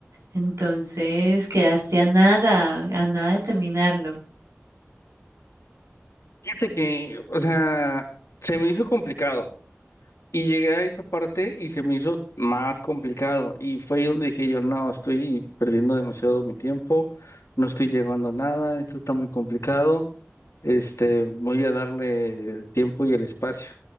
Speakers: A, on the right (about 80°); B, on the left (about 70°).
A: Entonces quedaste a nada, a nada de terminarlo.
B: Fíjate que, o sea, se me hizo complicado. Y llegué a esa parte y se me hizo más complicado. Y fue ahí donde dije yo, no, estoy perdiendo demasiado mi tiempo, no estoy llegando a nada, esto está muy complicado, este, voy a darle el tiempo y el espacio.